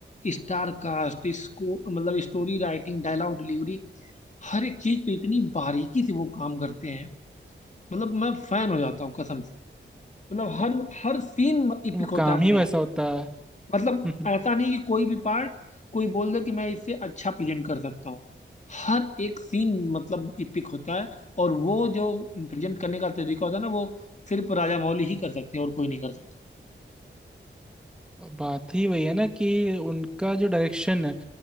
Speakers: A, on the left; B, in the centre.
A: स्टार कास्ट इसको मतलब स्टोरी राइटिंग डायलॉग डिलीवरी हर एक चीज पे इतनी बारीकी से वो काम करते हैं मतलब मैं फैन हो जाता हूँ कसम से मतलब हर हर सीन इपिक
B: वो काम
A: होता है अपने
B: ही वैसा
A: आप
B: होता
A: मतलब
B: है <laughs>
A: ऐसा नहीं कि कोई भी पार्ट कोई बोल दे कि मैं इससे अच्छा प्रेजेंट कर सकता हूँ हर एक सीन मतलब इपिक होता है और वो जो प्रेजेंट करने का तरीका होता है ना वो सिर्फ राजा मौली ही कर सकते हैं और कोई नहीं कर सकता
B: बात ही वही है ना कि उनका जो डायरेक्शन है